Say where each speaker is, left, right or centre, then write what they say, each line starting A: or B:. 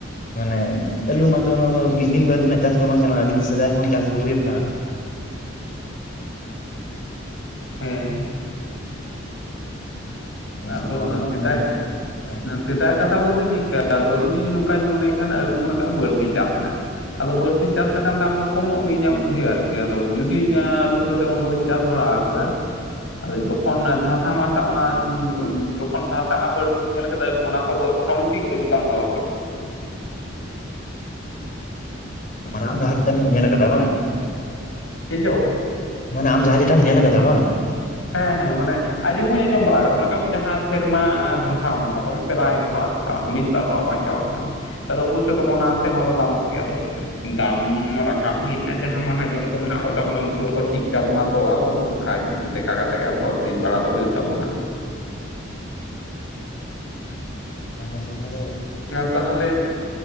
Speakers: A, on the left; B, on the left.
A: ᱢᱟᱱᱮ ᱟᱹᱞᱩ ᱢᱟᱛᱚ ᱱᱚᱣᱟ ᱫᱚ ᱢᱤᱫ ᱫᱤᱱ ᱵᱟᱨ ᱫᱤᱱᱟᱜ ᱪᱟᱥ ᱫᱚ ᱵᱟᱝ ᱠᱟᱱᱟ ᱟᱹᱰᱤ ᱥᱮᱫᱟᱭ ᱠᱷᱚᱱ ᱪᱟᱥ ᱟᱹᱜᱩ ᱦᱩᱭᱩᱜ ᱠᱟᱱᱟ᱾
B: ᱦᱮᱸ,
A: ᱱᱤᱭᱟᱹ
B: ᱟᱫᱚ
A: ᱪᱷᱚᱴ ᱵᱟᱝ
B: ᱱᱚᱜ-ᱚᱭ
A: ᱫᱟᱢ
B: ᱥᱮᱫᱟᱭ,
A: ᱞᱮᱱᱟ ᱚᱱᱟ ᱪᱟᱸᱫ
B: ᱥᱮᱛᱟᱜ ᱠᱟᱛᱷᱟ ᱵᱚᱞᱛᱮ ᱪᱤᱠ ᱠᱟ ᱟᱫᱚ ᱤᱧ ᱡᱩᱫᱤ ᱱᱚᱝᱠᱟᱧ ᱢᱚᱱᱮ ᱠᱷᱟᱱ ᱟᱞᱩ ᱢᱚᱱᱮ ᱠᱟᱜᱼᱟ ᱵᱟᱹᱲᱛᱤ ᱪᱟᱥ ᱮᱱᱟ? ᱟᱫᱚ ᱵᱟᱹᱲᱛᱤ ᱪᱟᱥ ᱞᱮᱠᱷᱟᱱ ᱫᱟᱢ ᱫᱚ ᱠᱚᱢᱚᱜ ᱜᱮᱭᱟ ᱤᱧᱟᱹᱜ ᱵᱩᱫᱽᱫᱷᱤ ᱟᱨᱠᱤ ᱟᱫᱚ ᱡᱩᱫᱤ ᱤᱧᱟᱹᱜ ᱟᱞᱩ ᱠᱚᱫᱚ ᱛᱮᱢᱚᱱ ᱵᱟᱹᱧ ᱪᱟᱥ ᱵᱟᱲᱟ <unintelligible> ᱡᱚᱠᱷᱚᱱ ᱫᱷᱟᱥᱟ ᱢᱟᱥᱟ ᱚᱱᱟ᱾ ᱡᱚᱠᱷᱚᱱ ᱫᱷᱟᱥᱟᱜᱼᱟ ᱵᱟᱹᱲᱛᱤ ᱧᱮᱞ ᱠᱟᱫᱟ ᱟᱹᱞᱩ ᱚᱱᱟ ᱠᱚᱫᱚ ᱚᱴᱳᱢᱮᱴᱤᱠ ᱟᱹᱞᱩ ᱛᱟᱢ ᱫᱚ ᱵᱟᱹᱲᱛᱤ᱾
A: ᱢᱟᱱᱮ ᱟᱢ ᱡᱟᱦᱟ ᱛᱤᱱᱟᱹᱜ ᱮᱢ ᱧᱮᱞ ᱠᱟᱫᱟ ᱵᱟᱝ᱾
B: ᱪᱮᱫ ᱪᱚ?
A: ᱢᱟᱱᱮ ᱟᱢ ᱡᱟᱦᱟᱸ ᱡᱮᱴᱟᱷᱟᱢ ᱧᱮᱞ ᱟᱠᱟᱫᱟ ᱵᱟᱝ᱾
B: ᱦᱮᱸ ᱦᱮᱸ ᱢᱟᱱᱮ ᱟᱡᱸᱚᱢ ᱦᱚᱸᱧ ᱟᱸᱡᱚᱢ ᱵᱟᱲᱟ ᱠᱟᱫᱟ ᱢᱚᱱᱮᱠᱟᱜ ᱢᱮ ᱡᱟᱦᱟᱸ ᱥᱮᱨᱢᱟ ᱫᱷᱟᱥᱟᱣᱮᱱ ᱛᱟᱠᱚᱢ ᱯᱮᱨᱟᱭ ᱜᱮ ᱦᱚᱲᱟᱜ᱾ ᱢᱤᱫ ᱵᱟᱨ ᱦᱚᱲᱟᱜ ᱵᱟᱧᱪᱟᱣ ᱠᱷᱟᱱ ᱛᱟᱦᱚᱞᱮ ᱚᱵᱚᱥᱥᱳᱭ ᱫᱚ ᱚᱱᱟ ᱥᱮᱨᱢᱟ ᱫᱚ ᱫᱟᱢᱚᱜ ᱜᱮᱭᱟ ᱟᱫᱚ᱾ ᱫᱟᱢ ᱨᱟᱠᱟᱵ ᱦᱮᱡ ᱮᱱᱟ ᱡᱟᱦᱟᱸ ᱢᱟᱦᱟᱡᱚᱱ ᱠᱚ ᱢᱮᱱᱟᱜ ᱠᱚᱛᱟᱵᱚᱱᱟ ᱩᱱᱠᱩ ᱦᱚᱸᱠᱚ ᱴᱷᱤᱠ ᱛᱟᱵᱚᱱᱟ ᱛᱚ ᱟᱫᱚ᱾ ᱠᱷᱟᱭ ᱞᱮᱠᱟ ᱠᱟᱛᱮ ᱜᱮ ᱟᱵᱚᱸ ᱦᱚᱸ ᱠᱤᱨᱤᱧ ᱵᱟᱲᱟ ᱫᱚ ᱦᱩᱭᱩᱜ ᱛᱟᱵᱚᱱᱟ ᱾
A: ᱟᱨ ᱱᱟᱥᱮ ᱛᱟᱞᱮ᱾
B: ᱟᱨ ᱛᱟᱦᱮᱞᱮ